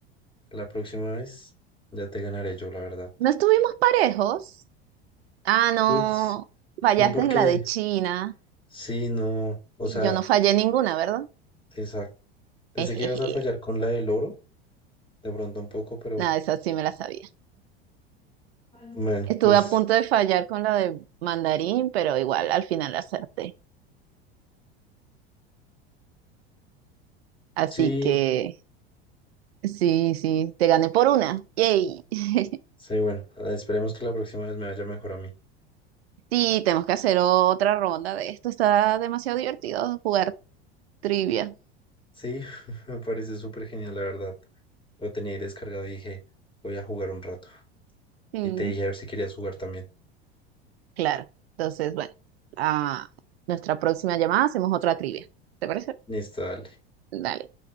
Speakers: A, on the left; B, on the right.
A: La próxima vez ya te ganaré yo, la verdad.
B: ¿No estuvimos parejos? Ah, no,
A: Pues,
B: fallaste
A: no porque...
B: en la de China
A: Sí, no, o
B: y
A: sea,
B: yo no fallé ninguna, ¿verdad? <laughs>
A: exacto. Pensé
B: Ejeje,
A: que ibas a fallar con la del oro, de pronto un poco, pero
B: nada, esa sí me la sabía.
A: bueno,
B: Estuve
A: pues
B: a punto de fallar con la de mandarín, pero igual al final acerté. Así
A: sí,
B: que sí, sí, te gané por una. Yay. <laughs>
A: sí, bueno, ah, esperemos que la próxima vez me vaya mejor a mí.
B: Sí, tenemos que hacer otra ronda de esto. Está demasiado divertido jugar trivia.
A: Sí, <laughs> me parece súper genial, la verdad. Lo tenía ahí descargado y dije, voy a jugar un rato.
B: Mm,
A: Y te dije a ver si querías jugar también.
B: claro. Entonces, bueno, a nuestra próxima llamada hacemos otra trivia. ¿Te parece?
A: Listo, dale.
B: Dale.